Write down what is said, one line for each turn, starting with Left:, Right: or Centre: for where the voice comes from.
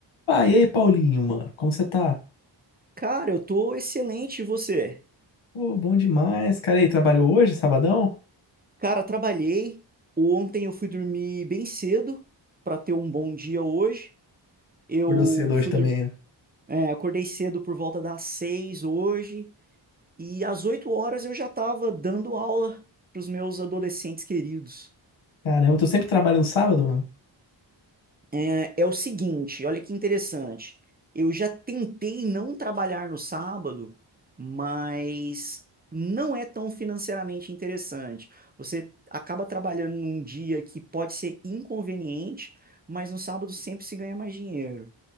Left: Ah, e aí, Paulinho, mano? Como você tá?
Right: Cara, eu tô excelente, e você?
Left: Pô, bom demais, cara. E aí, trabalhou hoje, sabadão?
Right: Cara, trabalhei. Ontem eu fui dormir bem cedo pra ter um bom dia hoje. Eu
Left: Acordou cedo
Right: fui
Left: hoje também,
Right: dur-
Left: né?
Right: é, acordei cedo por volta das seis hoje e às oito horas eu já tava dando aula pros meus adolescentes queridos.
Left: Caramba, eu tô sempre trabalhando sábado, mano.
Right: É, é o seguinte, olha que interessante. Eu já tentei não trabalhar no sábado, mas não é tão financeiramente interessante. Você acaba trabalhando num dia que pode ser inconveniente, mas no sábado sempre se ganha mais dinheiro.